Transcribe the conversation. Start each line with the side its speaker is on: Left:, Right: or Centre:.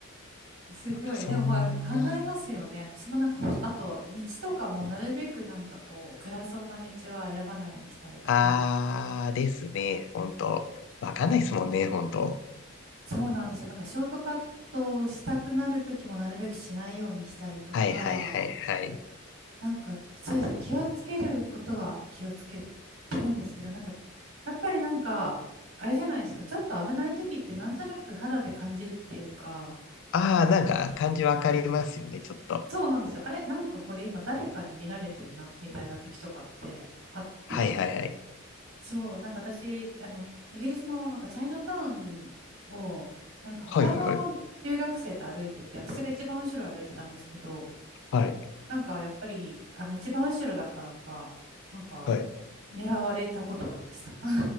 Right: すごい。
Left: なのでそんな、
Right: でもまあ考えますよね。私もなんかほ、あと、道とかもなるべくなんかこう、暗そうな道は選ばないようにしたりとか。
Left: あーですね。
Right: うん
Left: ほんと。わかんないですもんね、ほんと。
Right: そうなんですよ。なんかショートカットをしたくなるときもなるべくしないようにしたりとか、
Left: はいはいはいはい。
Right: なんかそうですね。気をつけることは気をつけてるんですけど、なんか、やっぱりなんか、あれじゃないですか。ちょっと危ないときってなんとなく肌で感じるっていうか、
Left: あー、なんか感じわかりますよね、ちょっと。
Right: そうなんですよ。あれ、なんかこれ今誰かに見られてるな、みたいな時とかってあって、
Left: はいはいはい。
Right: そう、なんか私、あの、イギリスのなんかチャイナタウンを、なんか他の留学生と歩いてて、
Left: はいはいはい。
Right: 私が一番後ろ歩いてたんですけど、
Left: はい。
Right: なんかやっぱり、あの、一番後ろだからか、なんか、
Left: はい
Right: 狙われたことがありました。<laughs> あ